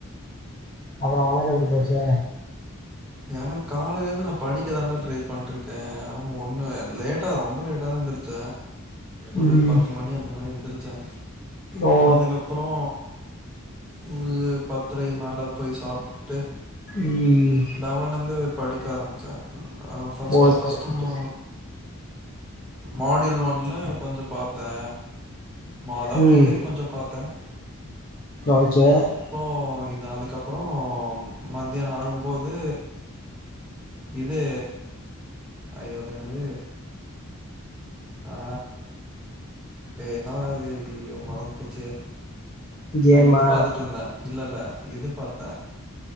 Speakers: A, on the left; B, in the centre.
A: அப்பறோ உனக்கு எப்பிடி போச்சு
B: எனக்கு காலேருந்து நா படிக்க தாண்டா ட்ரை பண்ணிருக்கே ஒண்ணு லேட்டா ரொம்ப லேட்டா தா எந்திச்ச ஒரு
A: ம்
B: பத்து மணி அந்த மாரி எந்திருச்சே
A: ஓ
B: அதுக்கப்பறோ ஒரு பத்தரைய் மேல போய் சாப்புட்டுட்டு
A: ம்
B: லெவல்லருந்து படிக்க ஆரம்மிச்சே அ ஃபர்ஸ்ட்
A: ஓகே
B: ஃபர்ஸ்ட்
A: ஓகே
B: மு மாடில் ஒன்ல கொஞ்சோ பாத்த மாதாவ்
A: ம்
B: தீயறி கொஞ்சோ பாத்த
A: ஓகே
B: அப்போ இது அதுக்கப்பறோ மத்தியானாகு போது இது ஐய்யோ அது என்னது ஆ ஏ என்ன வராது ஐய்யோ மறந்து போச்சே
A: கேமா
B: இது பாத்துட்டுருந்தே இல்ல இல்ல இது பாத்